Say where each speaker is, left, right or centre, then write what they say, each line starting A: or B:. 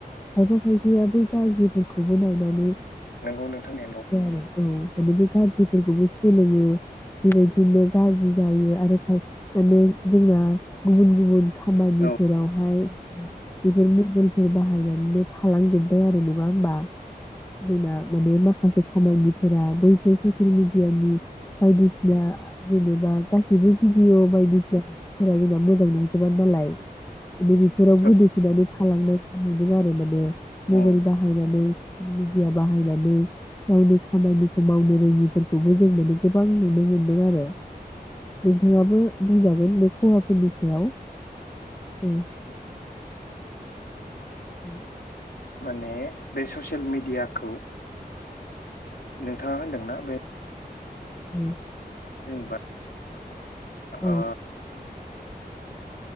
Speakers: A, on the left; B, on the left.
A: खायफा खायफाया बै गाज्रिफोरखौबो नायनानै
B: नंगौ नोंथां नंगौ
A: <unintelligible> खौ माने बे गाज्रिफोरखौबो सोलोंङो बेबायदिनो गाज्रि जायो आरो खाय माने जोंना गुबुन गुबुन खामानिफोरावहाय
B: औ
A: बेफोर मबेल फोर बाहायनानैनो थालांजोब्बाय आरो नंङा होमबा जोंना माने माखासे खामानिफोरा बैफोर ससियेल मेडियानि बायदिसिना जेनेबा गासिबो भिडिअ' बायदिसिनाफोरा जोंना मोजां नंजोबा नालाय नैबेफोराव
B: औ
A: गोदोसोनानै थालांनाय नुदों आरो माने मबाइल
B: उम
A: बाहायनानै मिडिया बाहायनानै गावनि खामानिखौ मावनो रोंङिफोरखौबो जों माने गोबां नुनो मोनदों आरो नोंथाङाबो बुंजागोन बे खहाफोरनि सायाव औ उम
B: माने बे ससियेल मिडियाखौ नोंथांङा होनदोंना बे
A: ओ
B: जेनबा
A: औ
B: आ